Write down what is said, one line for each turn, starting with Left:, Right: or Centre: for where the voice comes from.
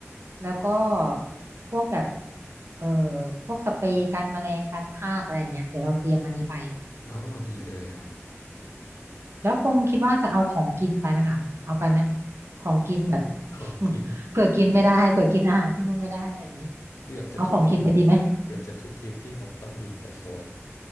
Right: แล้วก็พวกแบบเอ่อพวกสเปรย์กันแมลงกันทากอะไรอย่างเงี้ยเดี๋ยวเราเตรียมอันนี้ไป
Left: โอ้ดีเลยครับ
Right: แล้วพงคิดว่าจะเอาของกินไปไหมคะเอาไปไหมของกินแบบ
Left: <laughs> ของกิน
Right: <laughs> เผื่อกินไม่ได้เผื่อกินอาหารที่นู่นไม่ได้อะไรอย่างงี้
Left: เกือบจะทุกทริป
Right: เอาของกินไปดีไหม
Left: เกือบจะทุกทริปที่ผมต้องบินไปโซน